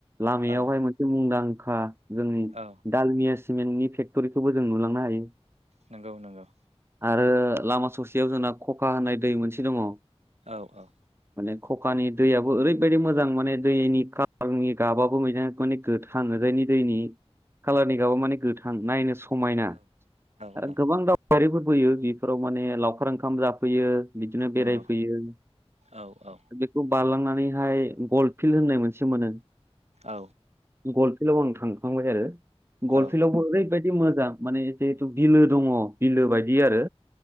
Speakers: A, on the right; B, on the right.
A: लामायावहाय
B: औ
A: मोनसे मुंदांखा जोंनि
B: औ
A: दालमिया सिमेन्टनि फेक्ट'रिखौबो जों नुलांनो हायो।
B: नोंगौ नोंगौ।
A: आरो लामा ससेयाव जोंना खखा होननाय दै मोनसे दङ।
B: औ औ।
A: माने खखानि दैयाबो ओरैबायदि मोजां माने दैनि कालारनि
B: औ
A: गाबाब बोहैनाय <unintelligible> गोथां दैनि दैनि कालारनि गाबा मान गोथां नायनो स समायना
B: औ औ
A: आरो
B: औ
A: गोबां दावबायारिफोर फैयो बिफोराव माने लावखार ओंखाम जाफैयो। बिदिनो
B: नंगौ
A: बेरायफैयो।
B: औ औ
A: बेखौ बारलांनानैहाय गल फिल्ड होननाय मोनसे मोनो।
B: औ
A: गलफिल्डआव आं थांखांबाय आरो गलफिल्डआवबो
B: औ
A: ओरैबायाददि मोजां माने जिहेथु बिलो दङ बिलो बायदि आरो